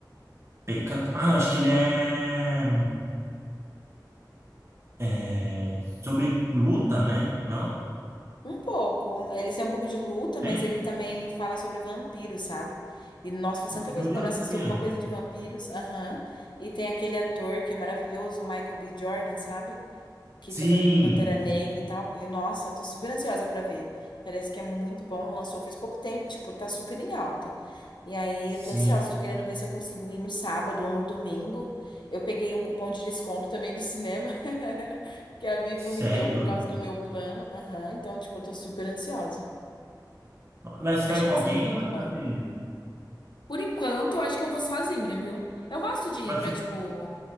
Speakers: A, on the right (about 35°); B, on the left (about 80°).
A: Peca- Ah, acho que ele é... é, sobre luta, né? Não?
B: Um pouco. Eles têm um pouco de luta,
A: Tem?
B: mas ele também fala sobre vampiros, sabe? E nossa, faz tanta
A: Meu
B: coisa
A: Deus,
B: quando eu
A: não
B: assisto
A: sabia.
B: alguma coisa de vampiros. Aham. E tem aquele ator que é maravilhoso, o Michael B. Jordan, sabe? que
A: Sim,
B: trabalhou no Pantera Negra e tal. E nossa, tô super ansiosa pra ver. Parece que é muito bom, lançou faz pouco tempo, tipo, tá super em alta. E aí
A: sim.
B: eu tô ansiosa, tô querendo ver se eu consigo ir no sábado ou no domingo. Eu peguei um cupom de desconto também do cinema <laughs> que a Vivo
A: Sério?
B: me deu por causa do meu plano. Aham, então, tipo, eu tô super ansiosa.
A: Mas você
B: Acho
A: vai com
B: que vai
A: alguém
B: ser muito
A: ou vai
B: bom.
A: sozinho?
B: Por enquanto, eu acho que eu vou sozinha, viu? Eu gosto de ir
A: Mas
B: pra,
A: você
B: tipo,